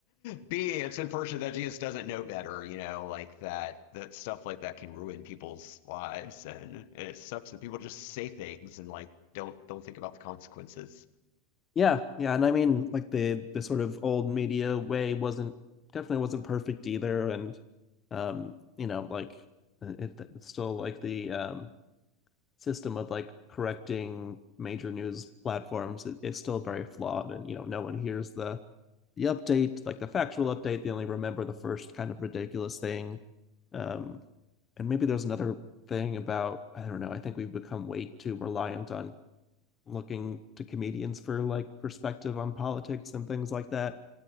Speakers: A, on the left; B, on the left.
A: <laughs> B, it's unfortunate that he just doesn't know better, you know, like that that stuff like that can ruin people's lives, and, and it sucks that people just say things and like don't don't think about the consequences.
B: Yeah. Yeah. And I mean, like the the sort of old media way wasn't definitely wasn't perfect either. And um, you know, like it, it's still like the um system of like correcting major news platforms is it, it's still very flawed and you know no one hears the the update like the factual update they only remember the first kind of ridiculous thing um and maybe there's another thing about i don't know i think we've become way too reliant on looking to comedians for like perspective on politics and things like that